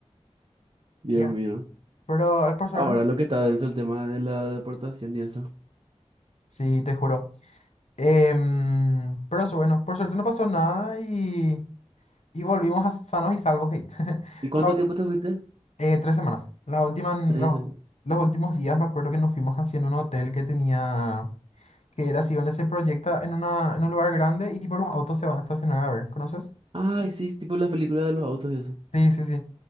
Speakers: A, on the right; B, on the left.
A: Dios
B: Yes.
A: mío.
B: Pero al- por suerte,
A: Ahora lo que está denso el tema de la deportación y eso.
B: sí, te juro. Em, pero eso, bueno, por suerte no pasó nada y, y volvimos a sanos y salvos ahí. <laughs>
A: ¿Y cuánto
B: La ul-
A: tiempo te fuiste?
B: eh, tres semanas. La última, la
A: Tres
B: ul-
A: semanas.
B: los últimos días me acuerdo que nos fuimos así en un hotel que tenía, que era así donde se proyecta en, una, en un lugar grande y tipo los autos se van a estacionar a ver, ¿conoces?
A: Ay, sí, es tipo las películas de los autos y eso.
B: Sí, sí, sí.